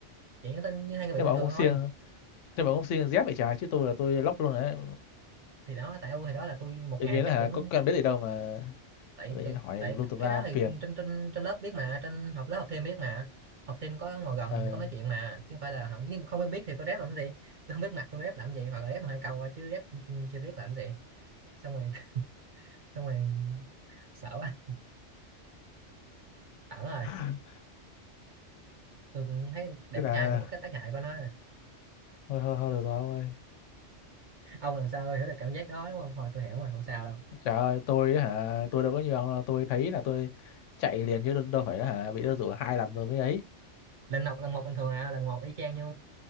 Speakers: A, on the right; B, on the left.
A: dạng nhắn tin
B: <laughs>
A: như hai người bạn
B: thế
A: bình
B: mà ông
A: thường
B: cũng siêng
A: thôi
B: thế mà ông cũng siêng dép vậy trái chứ tôi là tôi lóc luôn đấy
A: thì đó tại ưu thì đó là tôi một
B: tự
A: ngày
B: nhiên
A: chắc
B: hả
A: cũng
B: có cần biết gì đâu mà
A: tại
B: tự nhiên
A: tôi
B: hỏi
A: tại
B: tùm lum tùm
A: cái
B: la
A: đó thì
B: phiền
A: trên trên trên lớp biết mà trên học lớp học thêm biết mà học thêm có ngồi gần
B: ờ
A: có nói chuyện mà chứ không phải là nếu mà không quen biết thì tôi rep làm cái gì tôi không biết mặt tôi rep làm gì hoặc là rep hai câu thôi, chứ rep chưa biết làm cái gì xong rồi <laughs> xong rồi sợ quá ẩn rồi
B: <laughs>
A: tôi cũng thấy đẹp
B: tức là
A: trai cũng có cái tác hại của nó
B: thôi thôi thôi được rồi ông ơi
A: ông làm sao hiểu được cảm giác đó đúng không thôi tôi hiểu rồi không sao đâu
B: trời ơi tôi hả tôi đâu có nhiều ông đâu tôi thấy là tôi chạy liền chứ đâu đâu phải là hả bị nó rủ hai lần rồi mới ấy
A: lần một lần một bình thường à lần một y chang như